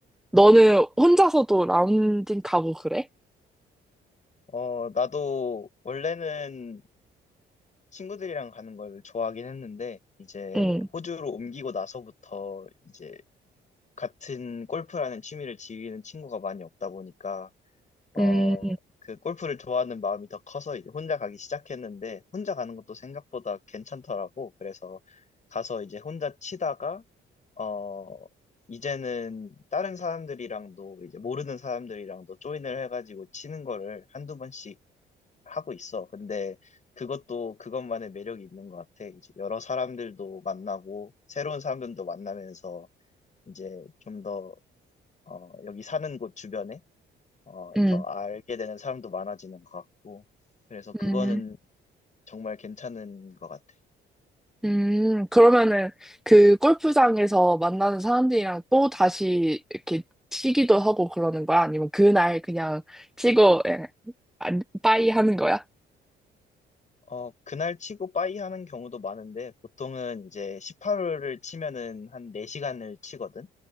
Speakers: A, in the centre; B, on the left.
A: 너는 혼자서도 라운딩 가고 그래?
B: 어, 나도 원래는 친구들이랑 가는 걸 좋아하긴 했는데, 이제
A: 응.
B: 호주로 옮기고 나서부터 이제 같은 골프라는 취미를 즐기는 친구가 많이 없다 보니까 어,
A: 음,
B: 그 골프를 좋아하는 마음이 더 커서 이제 혼자 가기 시작했는데 혼자 가는 것도 생각보다 괜찮더라고. 그래서 가서 이제 혼자 치다가 어, 이제는 다른 사람들이랑도 이제 모르는 사람들이랑도 조인을 해가지고 치는 거를 한두 번씩 하고 있어. 근데 그것도 그것만의 매력이 있는 것 같아. 이제 여러 사람들도 만나고 새로운 사람들도 만나면서 이제 좀더 어, 여기 사는 곳 주변에 어,
A: 음.
B: 더 알게 되는 사람도 많아지는 것 같고 그래서 그거는
A: 음,
B: 정말 괜찮은 것 같아.
A: 음, 그러면은 그 골프장에서 만나는 사람들이랑 또 다시 이렇게 치기도 하고 그러는 거야? 아니면 그날 그냥 치고, 예, 안, 빠이 하는 거야?
B: 어, 그날 치고 빠이 하는 경우도 많은데 보통은 이제 18홀을 치면은 한 4시간을 치거든.